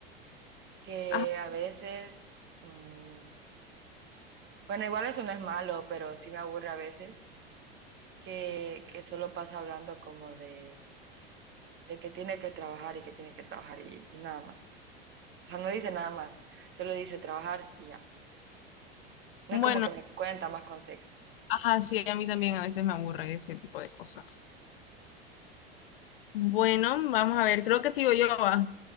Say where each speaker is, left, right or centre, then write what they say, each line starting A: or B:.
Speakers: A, on the right; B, on the left.
A: que
B: Ajá.
A: a veces, mm, bueno, igual eso no es malo, pero sí me aburre a veces que, que solo pasa hablando como de, de que tiene que trabajar y que tiene que trabajar y, y nada más. O sea, no dice nada más, solo dice trabajar y ya. No
B: Bueno,
A: es como que me cuenta más contexto.
B: ajá, sí, a mí también a veces me aburre ese tipo de cosas. Bueno, vamos a ver. Creo que sigo yo. va.